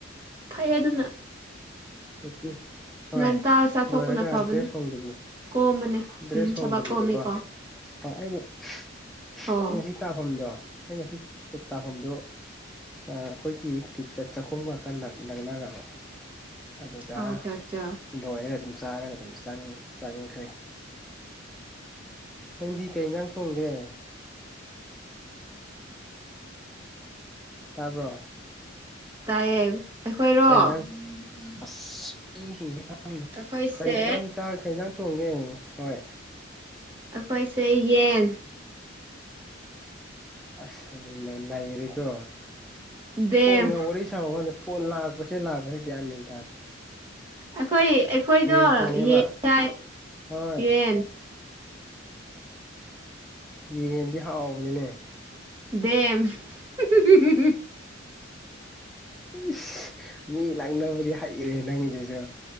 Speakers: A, on the right; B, in the centre.
A: ꯐꯩ ꯑꯗꯨꯅ
B: ꯂꯦꯞꯇꯤ ꯍꯣꯏ
A: ꯉꯟꯇꯥ ꯆꯥꯊꯣꯛꯄꯅ
B: ꯂꯣꯏꯔꯒ
A: ꯐꯕꯅꯦ
B: ꯗ꯭ꯔꯦꯁ ꯍꯣꯡꯗꯕꯤ
A: ꯀꯣꯝꯕꯅꯦ
B: ꯗ꯭ꯔꯦꯁ
A: ꯎꯝ ꯊꯕꯛ
B: ꯍꯣꯡꯗꯕꯤꯗꯀꯣ
A: ꯀꯣꯝꯃꯤꯀꯣ
B: ꯍꯣꯏ ꯑꯩ ꯑꯩ
A: ꯑꯣ
B: ꯉꯁꯤ ꯇꯕꯝꯗꯣ ꯑꯩ ꯉꯁꯤ ꯇꯕꯝꯗꯣ ꯑꯥ ꯈꯣꯏꯒꯤ ꯀꯤꯠ ꯆꯥꯈꯨꯝꯒ ꯈꯔ ꯅꯛꯅꯔꯕ ꯑꯗꯨꯗ
A: ꯑꯆꯥ ꯑꯠꯆꯥ
B: ꯂꯣꯏꯔꯒ ꯑꯗꯨꯝ ꯆꯥꯔꯒ ꯑꯗꯨꯝ ꯆꯪ ꯆꯪꯈ꯭ꯔꯦ ꯅꯪꯗꯤ ꯀꯩ ꯏꯟꯖꯥꯡ ꯊꯣꯡꯒꯦ ꯇꯥꯕ꯭ꯔꯣ
A: ꯇꯥꯏꯌꯦ ꯑꯩꯈꯣꯏꯔꯣ
B: ꯀꯩ ꯏꯟꯖꯥꯡ <unintelligible> ꯃꯤꯁꯤꯡꯁꯤ ꯈꯡꯗꯦ
A: ꯑꯩꯈꯣꯏꯁꯦ
B: ꯀꯩ ꯏꯟꯖꯥꯡ ꯆꯥꯔ ꯀꯩꯖꯥꯡ ꯊꯣꯡꯒꯦ ꯍꯣꯏ
A: ꯑꯈꯣꯏꯁꯦ ꯌꯦꯟ
B: ꯑꯁ ꯅ ꯅꯩꯔꯦꯀꯣ
A: ꯗꯦꯝ
B: ꯐꯣꯟꯒꯥ ꯋꯥꯔꯤ <unintelligible> ꯒꯥꯟꯗ ꯐꯣꯟ ꯂꯥꯛꯄꯁꯦ ꯂꯥꯛꯄꯁꯦ ꯒ꯭ꯌꯥꯟ ꯃꯦꯟ ꯇꯥꯗꯦ
A: ꯑꯩꯈꯣꯏ ꯑꯩꯈꯣꯏꯗꯣ
B: ꯌꯦꯟ ꯊꯣꯡꯉꯦꯕ
A: ꯌꯦꯟ ꯆꯥꯏ
B: ꯍꯣꯏ
A: ꯌꯦꯟ
B: ꯌꯦꯟꯗꯤ ꯍꯥꯎꯕꯅꯤꯅꯦ
A: ꯗꯦꯝ <unintelligible>
B: ꯏꯁ ꯃꯤ ꯂꯛꯅꯕꯗꯤ ꯍꯩꯔꯦ ꯅꯪꯖꯤꯁꯨ